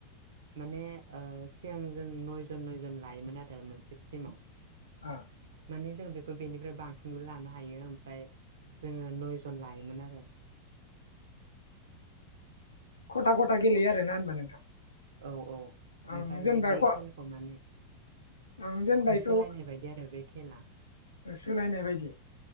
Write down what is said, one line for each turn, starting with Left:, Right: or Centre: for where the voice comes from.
Right: माने सिगां जों नयजन नयजन लायोमोन आरो मोनसे टिमाव
Left: ओ
Right: माने जों बेखौ बेनिफ्राय बांसिनबो लानो हायो ओमफ्राय। जोङो नयजन लायोमोन आरो।
Left: खथा खथा गेलेयो आरोना होनबा नोंथां
Right: औ औ। ओमफ्राय
Left: आं जेनेबा
Right: बे
Left: ख
Right: खेलाखौ माने
Left: आं जेनेबा
Right: होसोलायनाय
Left: बेखौ
Right: बायदि आरो बे खेला
Left: सोलायनाय बायदि